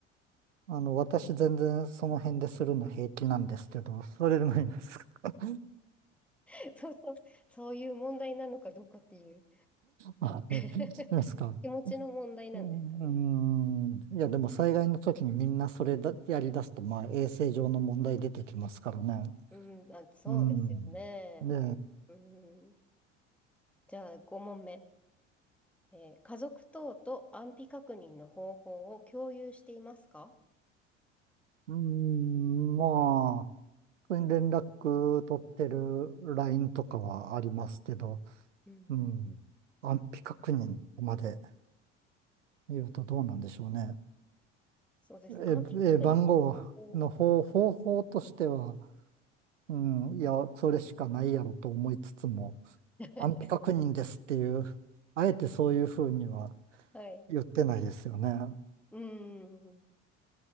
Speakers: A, on the right (about 80°); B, in the centre.
A: あの、私全然その辺でするの平気なんですけど、それでもいいですか <laughs>
B: <laughs> そうそう、そういう問題なのかどうかっていう
A: あいいですか。
B: <laughs> 気持ちの問題なんですかね。
A: うん。うんいや、でも災害の時にみんなそれだ、やり出すと、まあ衛生上の問題出てきますからね。
B: うん、あ、そうですよね。
A: うん。で、
B: うん、じゃあ、5問目。えー家族等と安否確認の方法を共有していますか
A: うん、まあ、普通に連絡取ってる LINE とかはありますけど、
B: うん
A: うん。
B: うんうん
A: 安否確認まで。言うとどうなんでしょうね。
B: うんそうですね。
A: え、
B: 安否確認の方法。
A: え、番号の方、方法としては、うん、いや、それしかないやろと思いつつも、
B: <laughs>
A: 安否確認ですっていう、あえてそういうふうには
B: はい。
A: 言ってないですよね。
B: うん。